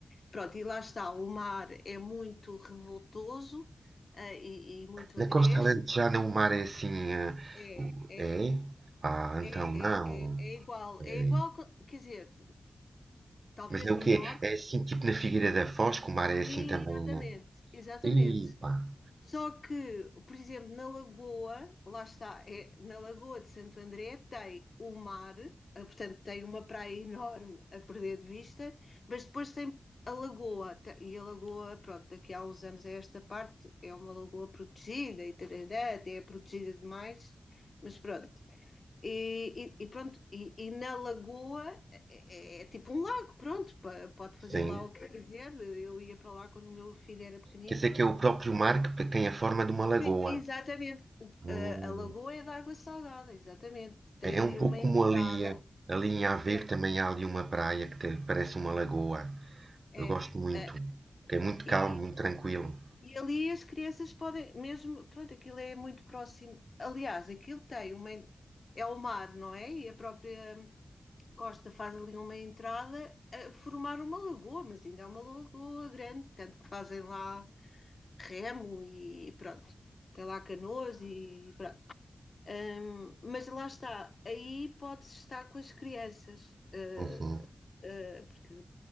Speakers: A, on the left (about 55°); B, on the right (about 55°).
A: Pronto, e lá está, o mar é muito revoltoso uh, e, e, muito
B: Na
A: agreste.
B: costa alentejana o mar é assim. eh,
A: É,
B: o-
A: é, é,
B: é? Ah,
A: é,
B: então não.
A: é, é igual,
B: É.
A: é igual, co- quer dizer, talvez
B: Mas é o
A: no
B: quê?
A: norte.
B: É assim, tipo na Figueira da Foz, que o mar é assim
A: Exatamente,
B: também. eh?
A: exatamente.
B: Ih, pá,
A: Só que, por exemplo, na Lagoa, lá está, é, na Lagoa de Santo André tem o mar, eh, portanto tem uma praia enorme a perder de vista, mas depois tem a Lagoa, te- e a Lagoa, pronto, daqui a uns anos a esta parte é uma lagoa protegida e tarará, até é protegida demais, mas pronto. E, e- e pronto, e, e na Lagoa é, é- é tipo um lago, pronto, pa- pode fazer
B: sim.
A: lá o que quiser, eu ia para lá quando o meu filho era pequenino
B: Quer dizer que é o próprio mar que tem a forma de uma lagoa.
A: e- Exatamente. O-
B: Hum.
A: a, a lagoa é de água salgada, exatamente. Tem
B: É é
A: ali
B: um
A: uma
B: pouco
A: entrada.
B: como ali, eh, ali em Aveiro
A: É,
B: também há ali uma praia que te- parece uma lagoa.
A: é.
B: Eu gosto muito.
A: É,
B: É muito
A: e,
B: calmo, muito tranquilo.
A: e ali as crianças podem, mesmo, pronto, aquilo é muito próximo. Aliás, aquilo tem uma. en- É o mar, não é? E a própria hum, costa faz ali uma entrada a formar uma lagoa, mas ainda é uma lagoa grande, tanto que fazem lá remo e pronto. Tem lá canoas e pronto. Hum, mas lá está, aí pode-se estar com as crianças, uh,
B: Uhum.
A: uh, porque,